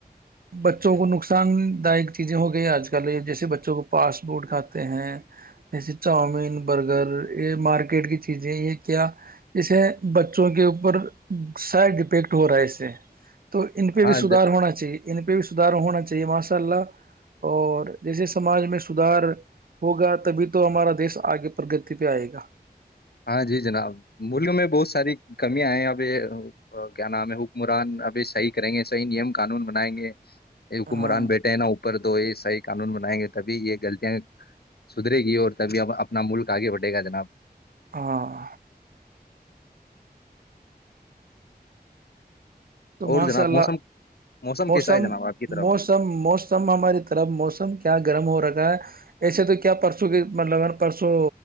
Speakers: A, on the right; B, on the left.
A: بچوں کو نقصان دائک چیزیں ہو گئی آج کل یہ جیسے بچوں کو فاسٹ فوڈ کھاتے ہیں جیسے چاؤمین برگر یہ مارکیٹ کی چیزیں یہ کیا جے بچوں کے اوپر سائڈ افیکٹ ہو رہا ہے اس سے تو ان پہ بھی
B: ہاں
A: سدار ہونا چاہیے ان پہ بھی سدار ہونا چاہیے ماشاء اللہ اور جیسے سماج میں سدھار ہوگا تبھی تو ہمارا دیش آگے پرگتی پہ آئے گا
B: ہاں جی جناب ملک میں بہت ساری کمیاںئے ہیں ابھی کیا نام ہے حکمران ابھی صحیح کریں گے صحیح نیم قانون بنائیں گے یہ
A: ہاں
B: کمران بیٹا ہےنا اپر تو یہ سائ قانون بنائیں گے تبھی یہ غلطیاں سدھرے گی اور تبھی اب اپنا ملک آگے بڑھے گا جناب
A: ہاں تو
B: اور
A: ماشاء
B: جناب
A: اللہ
B: موسم
A: موسم
B: کیسا ہے جناب آپ کی طرف
A: موسم موسم ہماری طرف موسم کیا گرم ہو رکھا ہے ایسے تو کیا پرسوں کی مطلب پرسوں